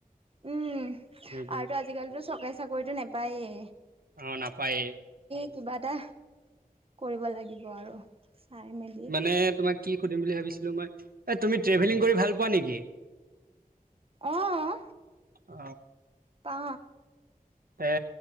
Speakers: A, on the right (about 40°); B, on the right (about 75°).
A: উম,
B: সেইটোৱে
A: আৰুতো আজিকালিতো চকাই চাকৰিটো নাপায়েই।
B: অ, নাপায়।
A: কিবা এটা কৰিব লাগিব আৰু চাই মেলি
B: মানে তোমাক কি সুধিম বুলি ভাবিছিলো মই এ তুমি ট্ৰেভেলিং কৰি ভাল পোৱা নেকি?
A: আহ
B: অ
A: পা
B: এ